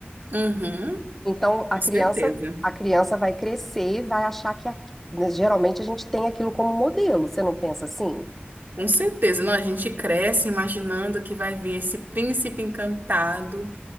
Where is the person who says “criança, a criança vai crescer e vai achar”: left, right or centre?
Centre